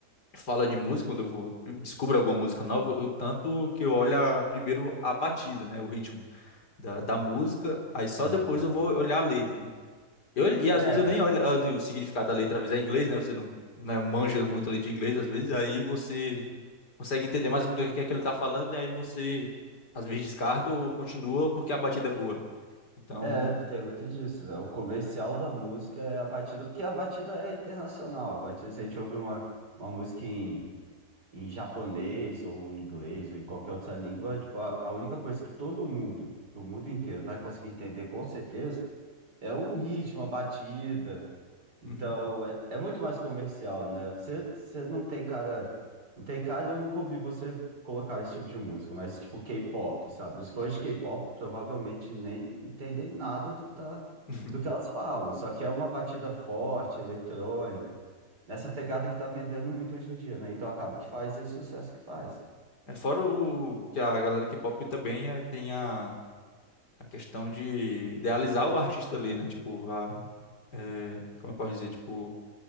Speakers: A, on the left; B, on the right.
A: fala de música, quando eu vou descubro alguma música nova, eu tanto que eu olho a- primeiro a batida, né, o ritmo da, da música, aí só
B: Aham.
A: depois eu vou olhar a letra, né? Eu, e
B: É,
A: às vezes eu nem olho ali o significado da letra, às vezes é em inglês, né? Você não, né, manja muito ali de inglês, às vezes aí você consegue entender mais ou menos o que é que ele tá falando, e aí você às vezes descarta ou continua porque a batida é boa. né? Então,
B: É, tem muito disso, né? O comercial da música é a batida, porque a batida é internacional. A batida, se a gente ouve uma, uma música em, em japonês ou em inglês ou em qualquer outra língua, tipo, a, a única coisa que todo mundo, do mundo inteiro, vai conseguir entender com certeza é o ritmo, a batida. Então,
A: uhum.
B: é, é muito mais comercial, né? Você, você não tem cara. Não tem cara, e eu nunca ouvi você colocar esse tipo de música, mas tipo K-pop, sabe? Os fãs de K-pop provavelmente nem entendem nada do que tá,
A: <laughs>
B: do que elas falam. Só que é uma batida forte, eletrônica, nessa pegada que tá vendendo muito hoje em dia, né? Então acaba que faz esse sucesso que faz.
A: É fora o que a galera do K-pop também eh, tem a a questão de idealizar o artista ali, né? Tipo, a, é, como eu posso dizer? Tipo,